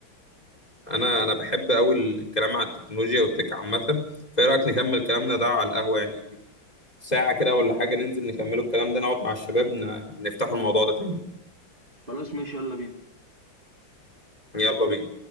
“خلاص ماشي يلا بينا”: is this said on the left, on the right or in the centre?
Right